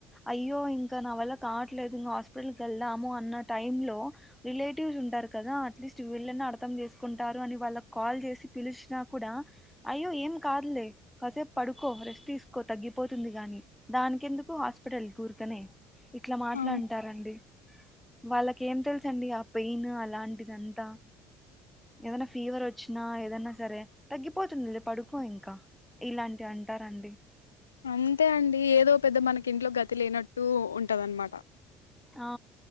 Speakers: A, in the centre; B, on the left (about 80°).
A: అయ్యో ఇంకా నా వల్ల కావట్లేదు ఇం హాస్పిటల్ వెళ్ళాము అన్న టై లో రిలేటివ్స్ ఉంటారు కదా అట్లీస్ట్ వీళ్ళని అర్థం చేసుకుంటారు అని వాళ్ళ కాల్ చేసి పిలిచిన కూడా అయ్యో ఏం కాదులే కాసేపు పడుకో రెస్ట్ తీసుకో తగ్గిపోతుంది కాగాని దానిక ఎందుకు హాస్పిటల్ కూర్కనే ఇట్లా మాట్లా
B: ఆ
A: అంటారండి వాళ్ళకి ఏం తెలుస అండి ఆ పెయిన్ అలాంటిది అంతా ఏదనా ఫీవర్ వచ్చిన ఏదైనా సరే తగ్గిపోతుంది పడుకో ఇంకా ఇలాంటివి అంటారండి
B: అంతే అండి ఏదో పెద్ద మనకి ఇంట్లో గతి లేనట్టు ఉంటద అనమాట
A: ఆ